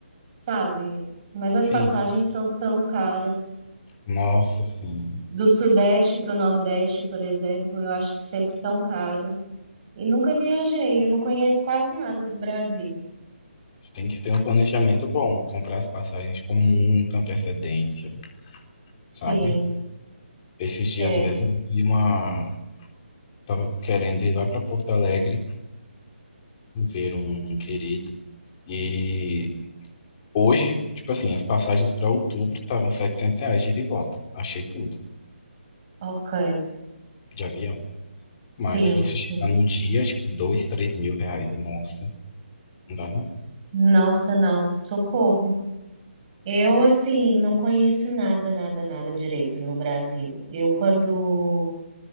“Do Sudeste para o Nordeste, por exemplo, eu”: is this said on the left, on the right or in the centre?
Right